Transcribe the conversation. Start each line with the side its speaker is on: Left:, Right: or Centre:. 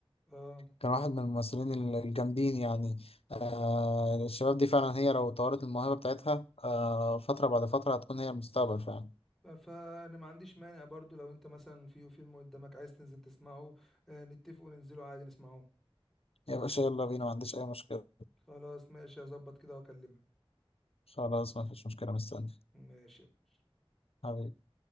Centre: اه
Left: كان واحد من الممثلين ال- الجامدين يعني آه الشباب دي فعلا هي لو طورت الموهبة بتاعتها آه فترة بعد فترة هتكون هي المستقبل فعلا
Centre: فانا ما عنديش مانع برضو لو انت مثلا في فيلم قدامك عايز تنزل تسمعه آه، نتفق وننزله عادي نسمعه
Left: يا باشا يلا بينا ما عنديش أي مشكلة
Centre: خلاص ماشي هظبط كده واكلمك
Left: خلاص ما فيش مشكلة مستني
Centre: ماشي يا باشا
Left: حبيبي